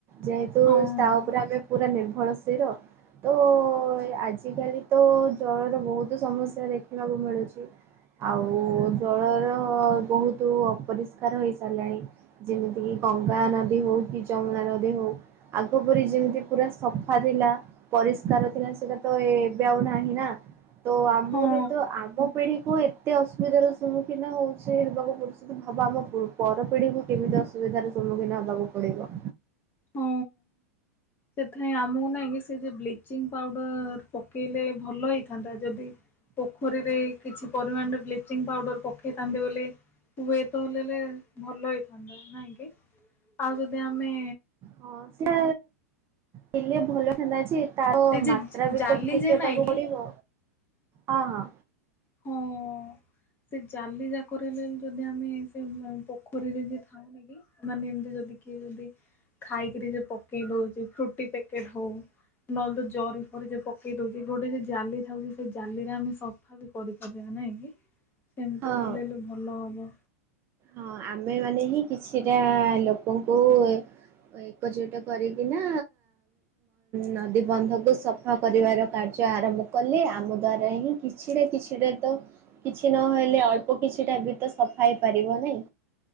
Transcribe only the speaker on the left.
ହଁ।
ହଁ
ହଁ। ସେଥିପାଇଁ ଆମକୁ ନାଇଁକି ସେ ଯେ ବ୍ଲିଚିଂ ପାଉଡର ପକେଇଲେ ଭଲ ହେଇଥାନ୍ତା ଯଦି ପୋଖରୀରେ କିଛି ପରିମାଣରେ ବ୍ଲିଚିଂ ପାଉଡର ପକେଇଥାନ୍ତି ବୋଲି ହୁଏତ ହେଲେଲେ ଭଲ ହେଇଥାନ୍ତା। ନାଇଁ କି ଆଉ ଯଦି ଆମେ
ଏଇ ଯେ
ଜାଲି
ଯେ
ନାଇଁ କି
ହଁ। ସେ ଜାଲି ଯାକର ହେଲେ ଯଦି ଆମେ ସେ ପୋଖରୀରେ ଯିଏ ଥାଆ ମାନେ ଏମ୍ତି ଯଦି କିଏ ଯଦି ଖାଇକିରି ଯଉ ପକେଇ ଦଉଚେ ଫ୍ରୁଟି ପ୍ୟାକେଟ ହଉ। ନହେଲେ ତ ଜରି ଫରି ଯଉ ପକେଇ ଦଉଛି ଗୋଟେ ଯଦି ଜାଲି ଥାଉଛି ସେ ଜାଲିରେ ଆମେ ସ ଫା ବି କରିପାରିବା ନାଇଁ କି ସେମିତି
କଲେଲେ ଭଲ ହବ।